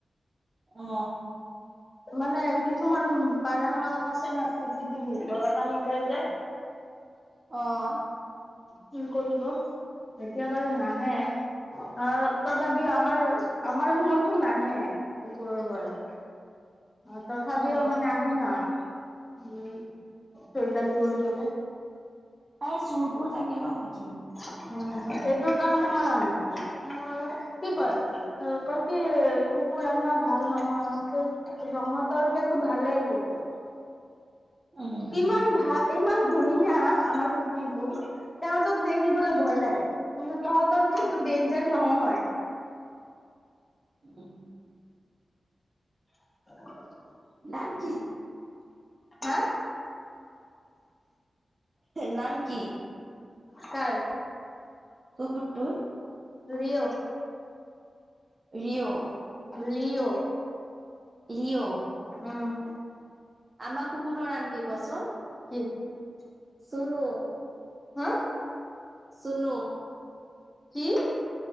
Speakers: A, on the right; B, on the left.
A: অ
B: মানে কিছুমান পাৰাৰ মানুহ আছে ন চি চি টিভিত তলত আহি যায় যে
A: আহ
B: কি কৰিব এতিয়া বাৰু নাহে- অ তথাপি আমাৰ আমাৰ ৰুমত চোন নাহে কুকুৰৰ ঘৰত। অ তথাপি
A: অ
B: মানে আহে ন উম চৈতানি কৰিবলে।
A: তাই চোৰবোৰ থাকে ন নেকি?
B: উম সটোৰ কাৰণে মই আনিছো। মোৰ কি কয় কি, কুকুৰ আনা ভাল নহয়। ৰহতৰকেতো ভালেই কুকুৰ।
A: উম,
B: ইমান ভা ইমান ধুনীয়া আমাৰ কুকুৰটো। তহঁতক দেখিবলৈ ভয় লাগে। কি তহঁতৰ ডেঞ্জাৰ নহয়।
A: উম <unintelligible>
B: <unintelligible> <inaudible>
A: নাম কি?
B: হা
A: নাম কি
B: কাৰ
A: কুকুৰটো
B: লিউ
A: ৰিঅ'
B: লি'অ
A: লিঅ'
B: উম
A: আমা কুকুৰৰ নাম কি কোৱাচোন
B: <inaudible>
A: চুনো
B: হা
A: চুনো
B: কি